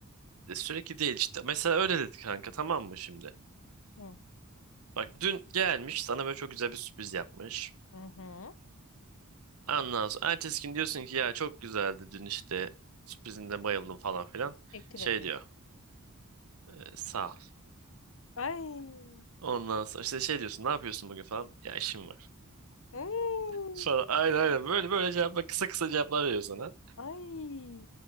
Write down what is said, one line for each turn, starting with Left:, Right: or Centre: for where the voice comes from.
Right: E, Sürekli değil işte. Mesela öyle dedi kanka tamam mı şimdi?
Left: Hı.
Right: Bak dün gelmiş sana böyle çok güzel bir sürpriz yapmış.
Left: Hı hı.
Right: Ondan sonra ertesi gün diyorsun ki ya çok güzeldi dün işte sürprizinde bayıldım falan filan.
Left: Teşekkür
Right: Şey
Left: ederim.
Right: diyor e, sağ ol.
Left: Ay.
Right: Ondan sonra işte şey diyorsun ne yapıyorsun bugün falan. Ya işim var.
Left: Hmm.
Right: Falan. Aynen aynen. Böyle böyle cevaplar kısa kısa cevaplar veriyor sana.
Left: Ay.